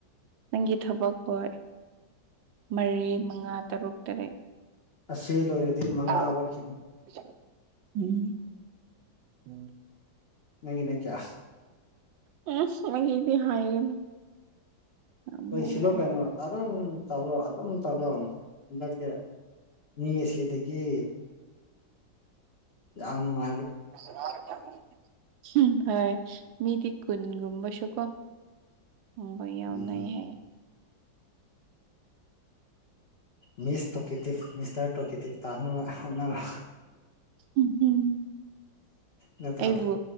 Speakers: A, on the right; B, on the left.
A: ꯅꯪꯒꯤ ꯊꯕꯛ ꯍꯣꯏ ꯃꯔꯤ ꯃꯉꯥ ꯇꯔꯨꯛ ꯇꯔꯦꯠ
B: ꯑꯁꯤ ꯂꯣꯏꯔꯗꯤ ꯃꯉꯥ
A: ꯑ
B: ꯋꯥꯠꯈꯤꯅꯤ
A: <inaudible> ꯎꯝ ꯎꯝ
B: ꯅꯪꯒꯤꯅ ꯀꯌꯥ
A: ꯑꯩꯒꯤꯗꯤ ꯍꯥꯏꯒꯅꯨ ꯌꯥꯝ
B: ꯂꯣꯏꯁꯤꯜꯂꯣ
A: ꯂꯩꯔꯦ
B: ꯀꯩꯅꯣ ꯑꯗꯨꯝ ꯇꯧꯔꯣ ꯑꯗꯨꯝ ꯇꯧꯔꯣ ꯍꯟꯗꯛꯀꯤ ꯃꯤ ꯑꯁꯤꯗꯒꯤ ꯌꯥꯝ ꯅꯨꯡꯉꯥꯢ
A: <inaudible> ꯍꯝ ꯍꯣꯏ ꯃꯤꯗꯤ ꯀꯨꯟꯒꯨꯝꯕꯁꯨ ꯀꯣ ꯈꯪꯕ ꯌꯥꯎꯅꯩ
B: ꯎꯝ ꯎꯝ
A: ꯍꯦ
B: ꯃꯤꯁ ꯄꯣꯀꯦꯇꯤꯞ ꯃꯤꯁꯇꯔ ꯇꯣꯛꯀꯦꯇꯤꯞ ꯇꯥꯅꯕ ꯍꯣꯠꯅꯔꯣ
A: ꯎꯝ
B: ꯅꯠꯇ꯭ꯔ
A: ꯑꯩꯕꯨ